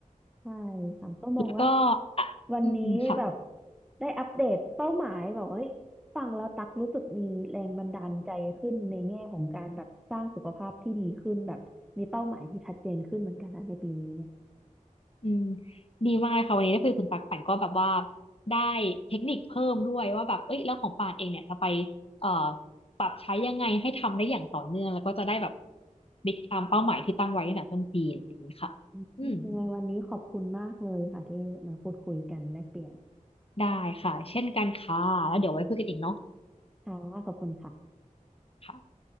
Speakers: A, in the centre; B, on the left.
A: ใช่ค่ะก็มองว่า
B: แล้วก็อ่ะอืมค่ะ
A: วันนี้อืมแบบได้อัปเดตเป้าหมายแบบว่าเฮ้ยฟังแล้วตักรู้สึกมีแรงบันดาลใจขึ้นในแง่ของการแบบสร้างสุขภาพที่ดีขึ้นแบบมีเป้าหมายที่ชัดเจนขึ้นเหมือนกันนะในปีนี้
B: อืมดีมากเลยค่ะวันนี้ได้คุยกับคุณปักป่นก็แบบว่าได้เทคนิคเพิ่มด้วยว่าแบบเอ้ยแล้วของป่านเองเนี่ยจะไปเอ่อปรับใช้ยังไงให้ทำได้อย่างต่อเนื่องแล้วก็จะได้แบบบิ๊กตามเป้าหมายที่ตั้งไว้ตั้งแต่ต้นปีอย่างนี้ค่ะอืม
A: ยังไงวันนี้ขอบคุณมากเลยค่ะที่มาพูดคุยกันแลกเปลี่ยน
B: ได้ค่ะเช่นกันค่ะแล้วเดี๋ยวไว้คุยกันอีกเนาะ
A: ค่ะขอบคุณค่ะ
B: ค่ะ